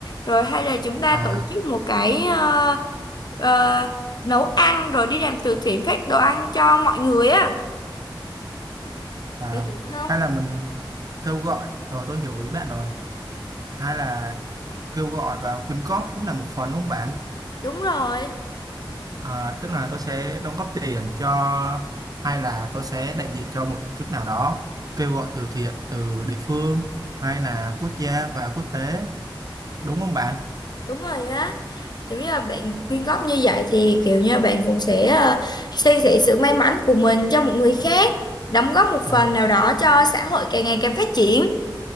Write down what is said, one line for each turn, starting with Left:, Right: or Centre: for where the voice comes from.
Left: Rồi hay là chúng ta
Right: à,
Left: tổ chức một cái ờ, ờ, nấu ăn rồi đi làm từ thiện phát đồ ăn cho mọi người á.
Right: à
Left: Bạn hiểu không?
Right: hay là mình kêu gọi rồi tôi hiểu ý bạn rồi hay là kêu gọi vào quyên góp cũng là một phần đúng không bạn?
Left: Đúng rồi,
Right: À, tức là tôi sẽ đóng góp tiền cho hay là tôi sẽ đại diện cho một tổ chức nào đó kêu gọi từ thiện từ địa phương hay là quốc gia và quốc tế đúng không bạn?
Left: đúng rồi á. Giống như là bạn quyên góp như vậy thì kiểu như bạn cũng sẽ ờ, san sẻ sự may mắn của mình cho một người khác, đóng góp một
Right: Ừ,
Left: phần nào đó cho xã hội càng ngày càng phát triển.